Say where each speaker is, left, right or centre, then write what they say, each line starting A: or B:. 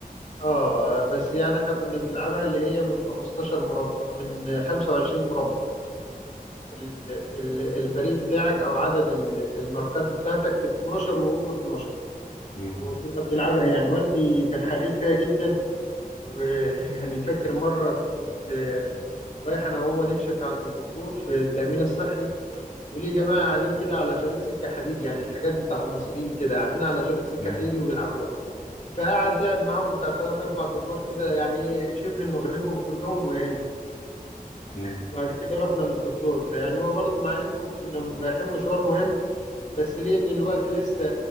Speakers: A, on the left; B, on the left.
A: اه بس يعني احنا كنا بنلعبها اللي هي من 15 مربع من 25 مربع ال- ال- الفريق بتاعك او عدد ال- الماركات بتاعتك 12 وهو 12
B: مم.
A: وكنا بنلعبها يعني والدي كان حريف فيها جدا ويعني فاكر مرة كنت آه، رايح انا وهو نكشف عند الدكتور في التأمين الصحي وليه جماعة قاعدين كده على شريط سكة حديد يعني الحاجات بتاع المصريين كده قاعدين على شريط سكة
B: مم.
A: حديد وبيلعبوها فقعد لعب معاهم بتاع تلات أربع أدوار كده يعني إيه، شبه إنه غلبهم كلهم وهم
B: مم.
A: وبعد كده رحنا للدكتور فيعني هو برضه مع إنه كنا رايحين مشوار مهم بس ليه إن الوقت لسه